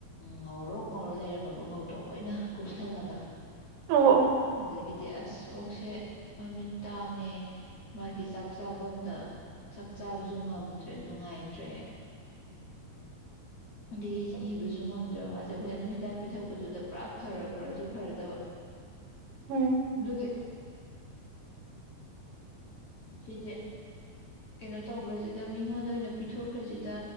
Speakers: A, on the left (about 40°); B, on the right (about 85°).
A: ꯉꯧꯔꯣꯛ ꯉꯧꯔ ꯂꯩꯔꯝꯃꯕ ꯉꯧꯗꯣꯡ ꯂꯣꯏꯅ ꯀꯨꯞꯁꯜꯂꯒ
B: ꯑꯣ ꯑꯣ
A: ꯑꯗꯒꯤꯗꯤ ꯑꯥꯁ ꯁꯦ ꯃꯃꯤꯠ ꯇꯥꯡꯉꯦ ꯃꯥꯒꯤ ꯆꯥꯛ ꯆꯥꯐꯝꯗ ꯆꯥꯛ ꯆꯥꯕꯁꯨ ꯉꯝꯗ꯭ꯔꯦ ꯅꯨꯡꯉꯥꯏꯇ꯭ꯔꯦ ꯑꯗꯒꯤ ꯁꯤꯕꯁꯨ ꯉꯝꯗ꯭ꯔꯕ ꯃꯥꯁꯦ ꯑꯩꯈꯣꯏꯅ ꯑꯗꯨꯝ ꯍꯤꯗꯥꯛ ꯄꯤꯊꯛꯄꯗꯨꯗ ꯄꯨꯔꯥ ꯐꯔꯛꯄ꯭ꯔꯁꯨ ꯐꯔꯛꯇꯕ
B: ꯎꯝ
A: ꯑꯗꯨꯒꯤ ꯁꯤꯆꯦ ꯀꯩꯅꯣ ꯇꯧꯈ꯭ꯔꯁꯤꯗ ꯃꯤꯉꯣꯟꯗ ꯑꯣꯏꯅ ꯄꯤꯊꯣꯛꯈ꯭ꯔꯁꯤꯗ